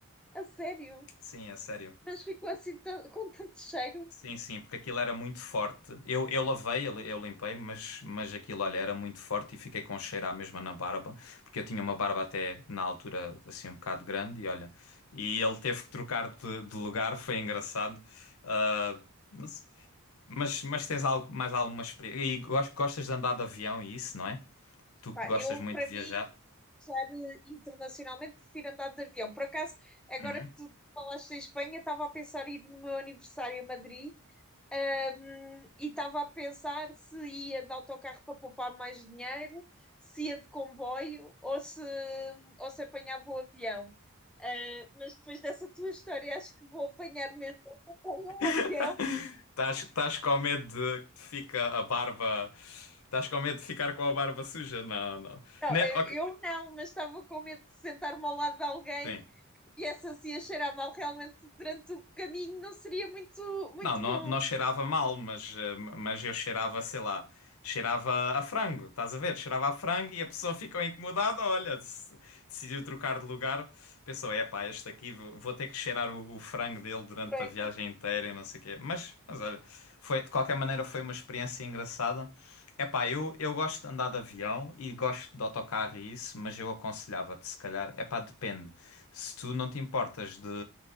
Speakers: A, in the centre; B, on the left.
A: a sério.
B: Sim, é sério.
A: Mas ficou assim tão- com tanto cheiro.
B: Sim, sim, porque aquilo era muito forte. Eu, eu lavei, eu, li- eu limpei, mas, mas aquilo, olha, era muito forte e fiquei com um cheiro à mesma na barba, porque eu tinha uma barba até na altura assim um bocado grande e olha, e ele teve que trocar de, de lugar, foi engraçado. Ah, não se- mas, mas tens algo, mais alguma experiência? E gos- gostas de andar de avião e isso, não é? Tu
A: Pá,
B: que gostas
A: eu,
B: muito
A: para
B: de
A: mim,
B: viajar?
A: viajar eh, internacionalmente, prefiro andar de avião. Por acaso, agora
B: Uhum.
A: que tu falaste em Espanha, estava a pensar em ir no meu aniversário a Madrid Ahm, e estava a pensar se ia de autocarro para poupar mais dinheiro, se ia de comboio ou se, ou se apanhava o avião. Ah, mas depois dessa tua história, acho que vou apanhar mesmo <laughs> o
B: <laughs>
A: avião.
B: Estás, estás com medo de que te fica a barba. Estás com medo de ficar com a barba suja? Não, não.
A: Não,
B: Ne-
A: eu,
B: ok,
A: eu não, mas estava com medo de sentar-me ao lado de alguém
B: Sim.
A: e essa assim a cheirar mal realmente durante o caminho não seria muito, muito
B: Não, não,
A: bom.
B: não cheirava mal, mas, eh, mas eu cheirava, sei lá. cheirava a frango, estás a ver? Cheirava a frango e a pessoa <laughs> ficou incomodada, olha, dec- decidiu trocar de lugar, pensou, é pá, este aqui vou vou ter que cheirar o, o frango dele durante
A: Frango.
B: a viagem inteira e não sei o quê. Mas, mas olha, foi, de qualquer maneira foi uma experiência engraçada. É pá, eu, eu gosto de andar de avião e gosto de autocarro e isso, mas eu aconselhava-te, se calhar, é pá, depende. Se tu não te importas de,